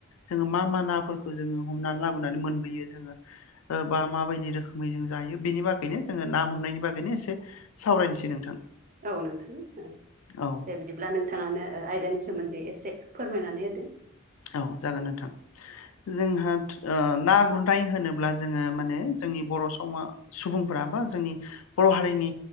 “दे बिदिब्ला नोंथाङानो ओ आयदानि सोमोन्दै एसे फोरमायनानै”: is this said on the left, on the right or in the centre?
Right